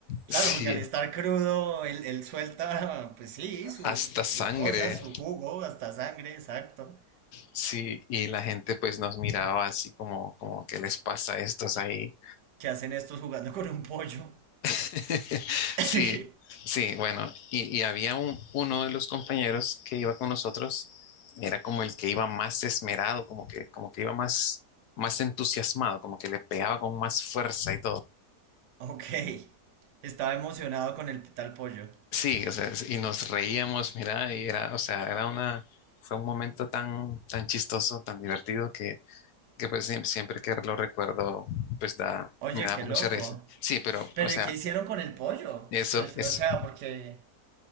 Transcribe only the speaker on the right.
Claro,
porque al estar crudo, él, él suelta, <laughs> pues sí, sus,
sus
cosas, su jugo, hasta sangre, exacto.
¿Qué hacen estos jugando con un pollo?
<laughs>
Ok, estaba emocionado con el tal pollo.
Oye,
qué
loco.
Pero
¿y qué hicieron con el pollo?
Al fi-
o sea, porque